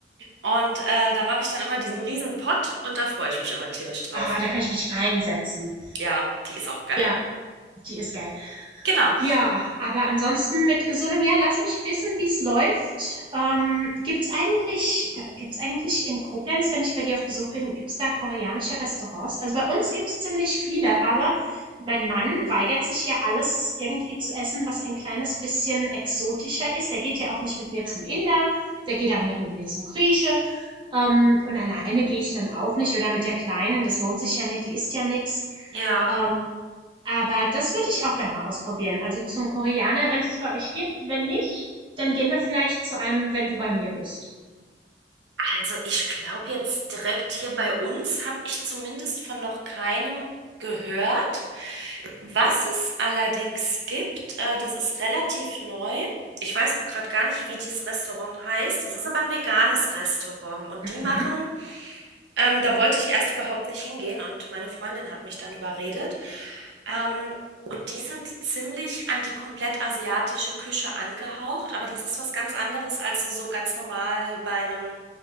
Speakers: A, on the right; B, on the right.
A: Und äh, da mache ich dann immer diesen riesen Pott und da freue ich mich immer tierisch drauf.
B: Ah, da kann ich mich reinsetzen.
A: Ja, die ist auch geil.
B: Ja, die ist geil.
A: Genau.
B: Ja, aber ansonsten mit gesundem Jahr. lass mich wissen, wie's läuft. Ähm, gibt's eigentlich, gibt's eigentlich in Koblenz, wenn ich bei dir auf Besuch bin, gibt's da koreanische Restaurants? Also bei uns gibt's ziemlich viele, aber mein Mann weigert sich ja alles irgendwie zu essen, was ein kleines bisschen exotischer ist. Der geht ja auch nicht mit mir
A: Mhm.
B: zum Inder, der geht auch nicht mit mir zum Grieche. Ähm, und alleine gehe ich dann auch nicht oder mit der Kleinen, das lohnt sich ja nicht, die isst ja nix.
A: Ja.
B: Ähm, aber das würde ich auch gerne mal ausprobieren. Also zum Koreaner, wenn es bei euch gibt. Wenn nicht, dann gehen wir vielleicht zu einem, wenn du bei mir bist.
A: Also ich glaube jetzt direkt hier bei uns habe ich zumindest von noch keinem gehört. Was es allerdings gibt, äh, das ist relativ neu. Ich weiß auch gerade gar nicht, wie dieses Restaurant heißt. Das ist aber ein veganes Restaurant und
B: Mhm.
A: die machen ähm, da wollte ich erst überhaupt nicht hingehen und meine Freundin hat mich dann überredet. Ähm, und die sind ziemlich an die komplett asiatische Küche angehaucht, aber das ist was ganz anderes, als du so ganz normal bei einem